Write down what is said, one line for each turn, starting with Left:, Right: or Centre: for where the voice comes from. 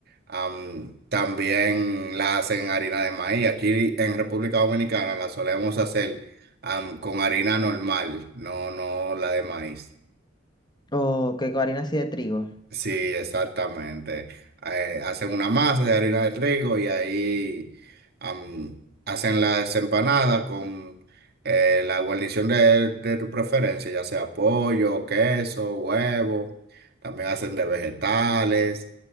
Right: am, también la hacen harina de maíz. Aquí en República Dominicana la solemos hacer, am, con harina normal, no, no la de maíz.
Left: o que con harina así de trigo.
Right: Sí, exactamente. Eh, hacen una masa de harina de trigo y ahí am, hacen las empanadas con eh, la guarnición de, de tu preferencia, ya sea pollo, queso, huevo. También hacen de vegetales.